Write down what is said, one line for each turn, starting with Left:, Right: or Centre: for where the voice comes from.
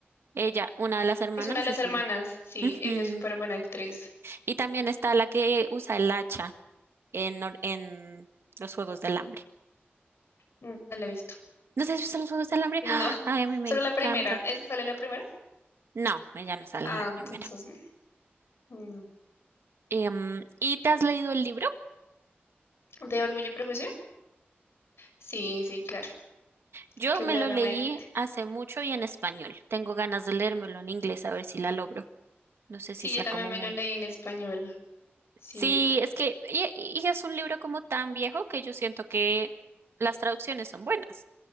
Right: Ella, una de las hermanas,
Left: Es una de las
Right: es
Left: hermanas.
Right: ella.
Left: Sí,
Right: Ujú.
Left: ella es súper buena actriz.
Right: Y también está la que usa el hacha en, Or- en los Juegos del Hambre.
Left: No la he visto.
Right: ¿No te has visto los Juegos del Hambre?
Left: No,
Right: ¡Ah!
Left: <laughs>
Right: Ay, a mí me
Left: solo
Right: encantan.
Left: la primera. ¿Esa sale la primera?
Right: No, ella no sale
Left: Ah,
Right: en la primera.
Left: entonces no.
Right: Em, ¿y te has leído el libro?
Left: ¿De Orgullo y Prejuicio? Sí, sí, claro.
Right: Yo
Left: Claramente.
Right: me lo leí hace mucho y en español. Tengo ganas de leérmelo en inglés a ver si la logro. No sé si
Left: Sí,
Right: sea
Left: yo también
Right: como
Left: me
Right: muy.
Left: lo leí en español. Sí.
Right: Sí, es que y, y es un libro como tan viejo que yo siento que las traducciones son buenas.